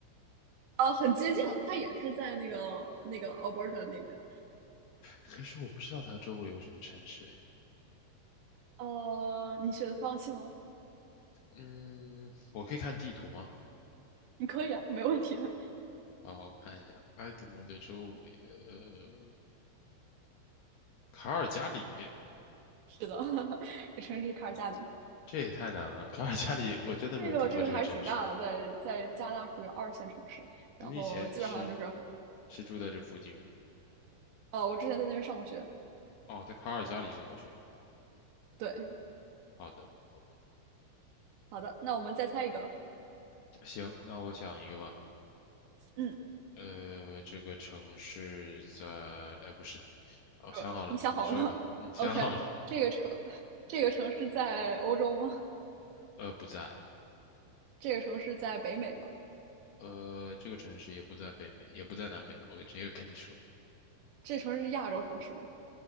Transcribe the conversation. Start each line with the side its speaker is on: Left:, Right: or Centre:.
Right: 呃，很接近了，它也是在那个那个 Alberta 那边。
Left: 可是我不知道它周围有什么城市诶。
Right: 呃，你选择放弃吗？
Left: 嗯，我可以看地图吗？
Right: 你可以啊，没问题啊。
Left: 好，我看一下埃德蒙德周围，呃，卡尔加里，
Right: <laughs> 是的，<laughs> 这城市是卡尔加里，
Left: 这也太难了。卡尔加里，我真的没有听过这个城市。
Right: 这个这个还是挺大的，在在加拿大属于二线城市，然后基本上就是，
Left: 你以前是是住在这附近吗？
Right: 哦，我之前在那边上过学。
Left: 哦，在卡尔加里上过学。
Right: 对，
Left: 好的，好的，
Right: 好的，那我们再猜一个。
Left: 行，那我想一个吧。
Right: 嗯，<laughs>
Left: 呃，这个城市在，呃，不是，哦，
Right: 呃你想好了吗？OK，
Left: 想好了，你说吧。嗯，想好了。
Right: 这个城，这个城市在欧洲吗？
Left: 呃，不在。
Right: 这个城市在北美吗？
Left: 呃，这个城市也不在北美，也不在南美。我直接跟你说，
Right: 这城市是亚洲城市吗？